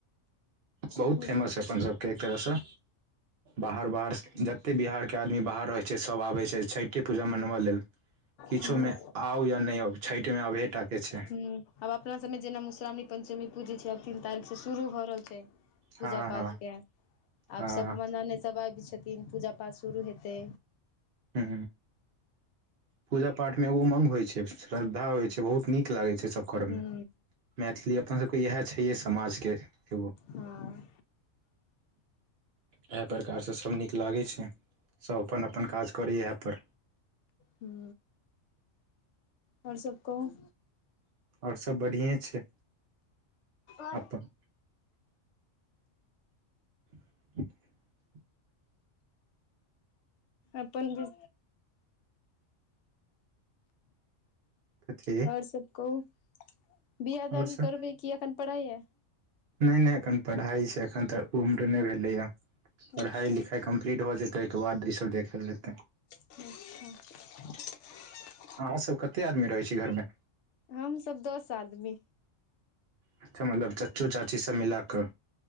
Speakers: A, on the right; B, on the left.
A: बहुत
B: हूं
A: फेमस हइ अपन सभके एक तरह सँ बाहर बाहर जत ते बिहार के आदमी बाहर रहै छै। सब आब छै छठि छठे पूजा मनबा लेल किछो
B: हूं
A: में आउ या नय आउ छठि में अबहे टा केे छै।
B: हूं आब अपना सभमे जेना मधुश्रावणी पञ्चमी पूजी छै। आब तीन तारीख सँ शुरू भऽ रहल छै। पूजा
A: हँ
B: पाठ
A: हँ
B: के
A: हँ
B: आब सभ हमर नानेद सभ आबि छथिन। पूजा पाठ शुरू हेतै।
A: हू पूजा पाठ मे एग उमंग होय छै। श्रद्धा होय छै। से बहुत नीक लागै छै। सब कर
B: हूं
A: मे मैथिली अपन सबके इएह छैहे समाज के एगो।
B: हँ
A: इएह प्रकार सँ सभ नीक लागै छै। सभ अपन अपन काज करैए इएहप।
B: हू। ओर सब कहु
A: ओर सब बढ़िए छै।
B: आर।
A: अपन <inaudible>
B: अपन ब
A: कथी
B: आऔर सब कहू बिआ
A: आओर
B: दान
A: सब
B: करबै की एखन पढ़ैय यै
A: नहि नहि एखन पढ़ाइछै एखन तऽ उम्र नहि भेलैए। पढ़ाइ
B: अच्छा
A: लिखाइ कम्प्लीट भ जेतै। ओहिके बाद ईसभ देखल जेतै।
B: <unintelligible>
A: अहु सब कते आदमी रहै छी घर मे
B: हमसब दस आदमी
A: अच्छा मतलब चाचो चाचीसभ मिला कऽ।